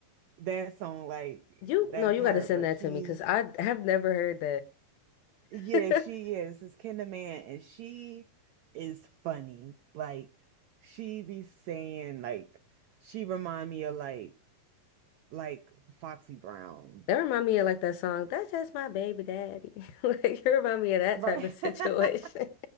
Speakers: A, on the right; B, on the left.
A: that song, like
B: You
A: that's
B: no, you
A: her,
B: got to send
A: but
B: that
A: she
B: to me because I have never heard
A: yeah,
B: that.
A: she
B: <laughs>
A: is this Kinderman and she is funny. Like she be saying like she remind me of like like Foxy Brown.
B: That remind me of like that song, That's Just My Baby Daddy. <laughs> Like you remind me of that
A: Right.
B: type of situation.
A: <laughs>